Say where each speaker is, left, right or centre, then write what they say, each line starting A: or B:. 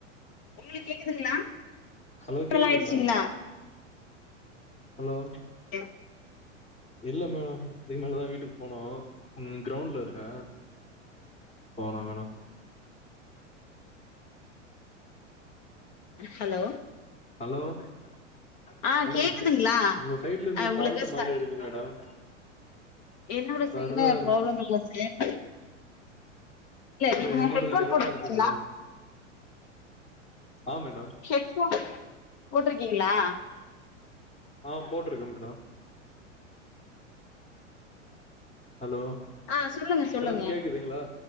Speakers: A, on the left; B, on the left.
A: உங்களுக்கு கேக்குதுங்களா
B: ஹலோ கேக்குதுங்களா
A: எல்லா ஆயிடுச்சுங்களா
B: ஹலோ
A: அ
B: இல்ல மேடம் துகு மேலதா வீட்டுக்கு போனோ ம் க்ரௌண்ட்ல இருக்க போனா வேணா
A: ஹலோ
B: ஹலோ மேடம்
A: ஆ கேக்குதுங்களா
B: ஒங்க சைட்ல இருந்து
A: ஆ உங்களுக்கு
B: பாஃல்ட் மாரி
A: ச
B: இருக்கு மேடம்
A: என்னோட
B: பரவா
A: சைட்ல ப்ராப்ளம் இல்ல சார்
B: இல்ல
A: நீங்க
B: என்னோட
A: ஹெட்ஃபோன்
B: ய கரெக்டா
A: போட்ருக்கீங்களா
B: இருக்குங்ளே ஆ மேடம்
A: ஹெட்ஃபோன் போட்ருக்கீங்களா
B: ஆ போட்ருக்க மேடம் ஹலோ
A: ஆ சொல்லுங்க சொல்லுங்க
B: மேடம் கேக்குதுங்களா